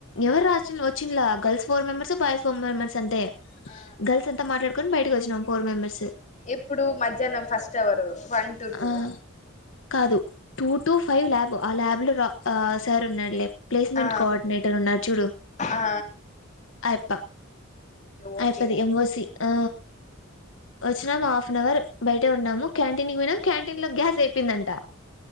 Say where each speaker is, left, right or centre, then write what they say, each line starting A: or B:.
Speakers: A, on the left (about 65°); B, on the left (about 35°).
A: ఎవరు
B: ఆ
A: రా వచ్చిలా girls four members boys four members అంటే
B: ఆ
A: గర్ల్స్ అంతా మాట్లాడుకొని బయటకి వచ్చినాం ఫోర్ మెంబర్స్
B: ఎప్పుడు మధ్యాహ్నం ఫస్ట్ అవర్ వన్ టు టూ
A: ఆ కాదు టూ టు ఫైవ్ ల్యాబ్ ఆ ల్యాబ్ లో రా ఆ సార్ ఉన్నాడులే ప్లేస్మెంట్
B: ఆ
A: కోఆర్డినేటర్ ఉన్నారు చూడు
B: ఆ
A: అయప్ప
B: ఓకే ఓకే
A: అయిపోది ఎంఓసి ఆ వచ్చినాము హాఫ్ అన్ అవర్ బయటే ఉన్నాము క్యాంటీన్ కి పోయినం క్యాంటీన్లో గ్యాస్ ఆ అపోయిందంట